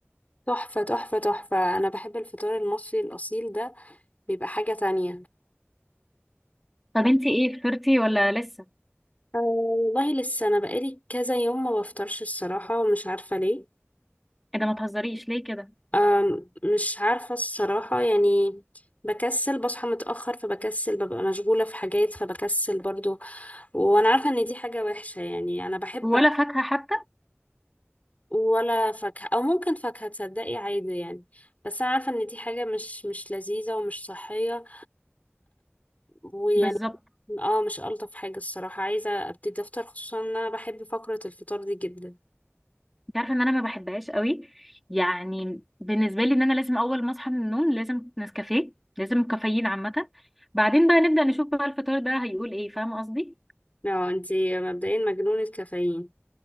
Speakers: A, on the left (about 35°); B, in the centre.
A: تحفة تحفة تحفة انا بحب الفطار المصري الاصيل ده بيبقى حاجة تانية
B: طب انتي ايه فطرتي ولا لسه
A: أه والله لسه انا بقالي كذا يوم ما بفطرش الصراحة ومش عارفة ليه
B: ايه ده ما تهزريش ليه كده
A: أم مش عارفة الصراحة يعني بكسل بصحى متأخر فبكسل ببقى مشغولة في حاجات فبكسل برضو وانا عارفه ان دي حاجه وحشه يعني انا بحب
B: ولا فاكهه حتى
A: ولا فاكهه او ممكن فاكهه تصدقي عادي يعني بس انا عارفه ان دي حاجه مش مش لذيذه ومش صحيه ويعني
B: بالظبط
A: اه مش الطف حاجه الصراحه عايزه ابتدي افطر خصوصا ان انا بحب فقره الفطار دي جدا
B: انت عارفه ان انا ما بحبهاش قوي يعني بالنسبه لي ان انا لازم اول ما اصحى من النوم لازم نسكافيه لازم كافيين عامه بعدين بقى نبدا نشوف بقى الفطار ده هيقول ايه فاهمه قصدي
A: اه انتي مبدئيا مجنونه كافيين